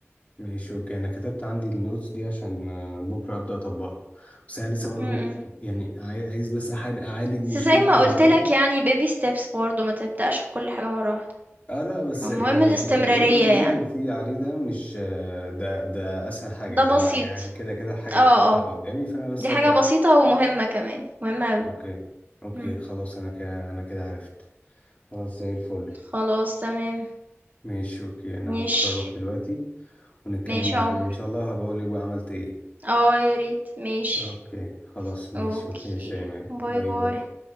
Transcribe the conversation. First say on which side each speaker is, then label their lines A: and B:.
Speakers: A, on the left; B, on the right.
A: ماشي اوكي انا كتبت عندي النوتس دي عشان آه، بكره ابدا اطبقها بس انا لسه برضو
B: إمم، إمم.
A: يعني عاي- عايز بس أحاول اعالج
B: بس
A: مشكله
B: زي ما
A: النوم
B: قُلت لك يعني baby steps برضه، ما تبدأش في كل حاجة مرّة واحدة.
A: اه لا بس
B: المهم
A: يعني
B: الاستمرارية
A: ال- الاوردر اللي
B: يعني،
A: انت قلتي عليه ده مش آه، ده ده اسهل حاجه يعني
B: ده بسيط.
A: ده مع يعني كده كده الحاجه
B: آه،
A: هتبقى
B: آه.
A: قدامي فانا بس
B: دي
A: ابدا
B: حاجة بسيطة ومهمة كمان، مهمة أوي.
A: اوكي اوكي
B: إمم.
A: خلاص انا كده انا كده عرفت خلاص زي الفل
B: خلاص تمام،
A: ماشي اوكي انا
B: ماشي،
A: مضطر اروح دلوقتي ونتكلم
B: ماشي
A: بعدين
B: يا عمر.
A: ان شاء الله هبقول لك بقى عملت ايه
B: آه، يا ريت، ماشي.
A: اوكي خلاص ماشي
B: أوكي،
A: اوكي يا شيماء
B: باي،
A: باي
B: باي.
A: باي